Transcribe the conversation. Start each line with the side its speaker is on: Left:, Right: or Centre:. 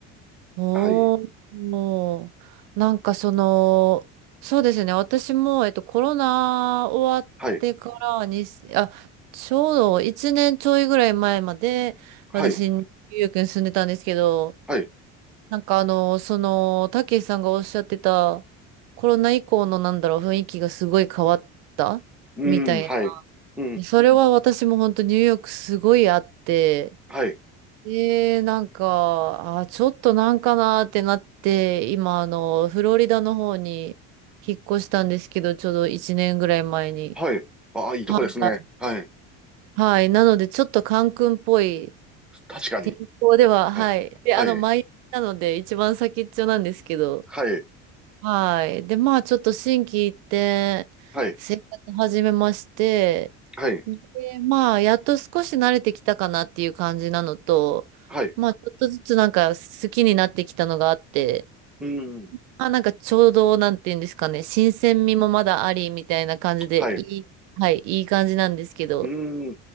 Right: おー、
Centre: はい、
Right: もう、なんかその、そうですね。私も、えっと、コロナ終わってからに、
Centre: はい、
Right: あ、ちょうど1年ちょいぐらい前まで、私、
Centre: はい、
Right: ニューヨークに住んでたんですけど、
Centre: はい、
Right: なんかあの、その、たけしさんがおっしゃってた、コロナ以降のなんだろう、雰囲気がすごい変わったみたい
Centre: うん、はい、うん、
Right: な。それは私も本当ニューヨークすごいあって、
Centre: はい、
Right: で、なんか、あ、ちょっとなんかなーってなって、今あの、フロリダの方に引っ越したんですけど、ちょうど1年ぐらい前に。
Centre: はい。ああ、いいとこですね。
Right: はい。
Centre: はい。
Right: はい。なので、ちょっとカンクンっぽい
Centre: 確かに。
Right: 天候では、はい。
Centre: はい。
Right: で、
Centre: はい。
Right: あの、マイアミなので、一番先っちょなんですけど、
Centre: はい。
Right: はい。で、まあ、ちょっと心機一転、
Centre: はい。
Right: 生活始めまして、
Centre: はい。
Right: で、まあ、やっと少し慣れてきたかなっていう感じなのと、
Centre: はい。
Right: まあ、ちょっとずつなんか好きになってきたのがあって、
Centre: うん。
Right: まあ、なんかちょうど、なんていうんですかね、新鮮味もまだありみたいな感じで、
Centre: はい。
Right: いい、はい、いい感じなんですけど、
Centre: うん。